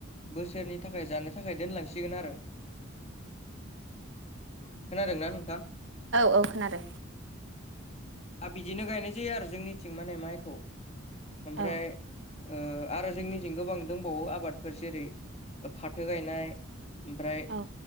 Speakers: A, on the left; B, on the right.
A: बोसोरनि थाखाय जानो थाखाय दोनलांसिगोन आरो खोनादोंना नोंथां
B: औ औ खोनादों
A: आ बिदिनो गायनाय जायो आरो जोंनिथिं माने माइखौ ओमफ्राय
B: औ
A: आरो जोंनिथिं गोबां दंबावो आबादफोर जेरै फाथो गायनाय ओमफ्राय
B: औ